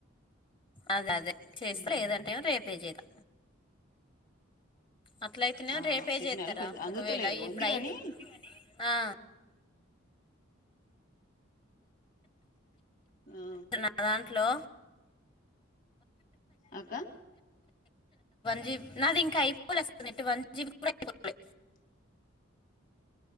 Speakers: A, on the left; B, on the left.
A: అదే అదే చేస్తా
B: ఉమ్
A: లేదంటే ఏమో రేపే చేయలా అట్ల అయితేనే
B: ఆ
A: రేపే
B: సిగ్నల్
A: చేస్తారా
B: కొంచెం అందుతలేదు
A: ఒకవేళ ఇప్పుడు
B: ఉంది
A: అయి
B: కాని
A: ఆ
B: ఆ
A: నాదాంట్లో
B: అక్కా
A: జీబి నాది ఇంకా అయిపోవలే నెట్టు వన్ జీబి కూడా ఐపోలే
B: <inaudible>